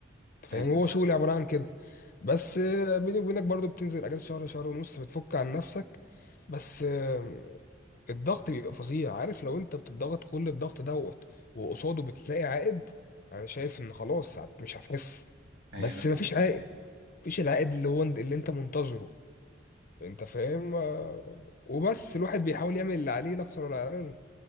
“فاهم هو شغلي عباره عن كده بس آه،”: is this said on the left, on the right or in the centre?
Left